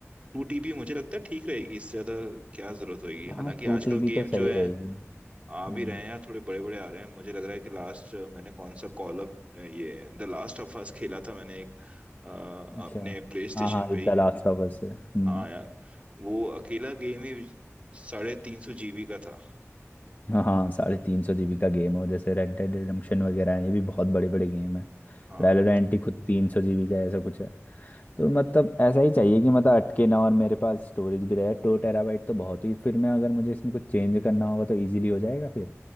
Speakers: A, on the right; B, on the left.
A: टू टीपी मुझे लगता है ठीक रहेगी इससे ज़्यादा क्या ज़रूरत होगी हालांकि
B: हाँ टू
A: आजकल
B: टीबी
A: गेम
B: तो सही
A: जो है
B: रहेगी हम्म
A: आ भी रहे हैं यार थोड़े बड़े बड़े आ रहे हैं मुझे लग रहा है कि लास्ट मैंने कौन सा कॉल ऑफ ये द लास्ट ऑफ अस खेला था मैंने एक अ,
B: अच्छा
A: अपने प्ले स्टेशन
B: हाँ हाँ
A: पे ही
B: द लास्ट ऑफ अस है हम्म
A: हाँ यार वो अकेला गेम ही साढ़े तीन सौ जीबी का था
B: हाँ हाँ साढ़े तीन सौ जीबी का गेम है जैसे रेड डेड रिडम्पशन वगैरह है ये भी बहुत बड़े बड़े गेम है
A: हाँ
B: वैलोरेंट ही खुद तीन सौ जीबी का ऐसा कुछ है तो मतलब ऐसा ही चाहिए कि मतलब अटके ना और मेरे पास स्टोरेज भी रहे टू टेराबाइट तो बहुत ही फिर मैं अगर मुझे इसमें कुछ चेंज करना होगा तो इजीली हो जाएगा फिर